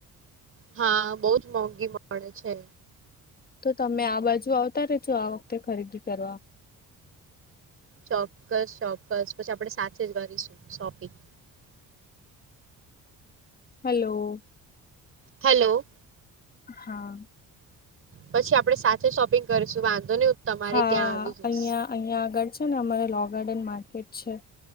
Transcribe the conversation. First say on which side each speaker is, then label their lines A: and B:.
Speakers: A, on the right; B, on the left.
A: હા, બહુંજ મોંઘી મળે છે.
B: તો તમે આ બાજુ આવતા રેજો આ વખતે ખરીદી કરવા.
A: ચોક્કસ ચોક્કસ પછી આપડે સાથે જ કરીશું શોપિંગ.
B: હેલો.
A: હલો.
B: હા.
A: પછી આપડે સાથે શોપિંગ કરીશું વાંધો નહી હું તમારે
B: હા
A: ત્યાં આવી જઈશ.
B: અહિયાં અહિયાં આગળ છે ને અમારે લો ગાર્ડન માર્કેટ છે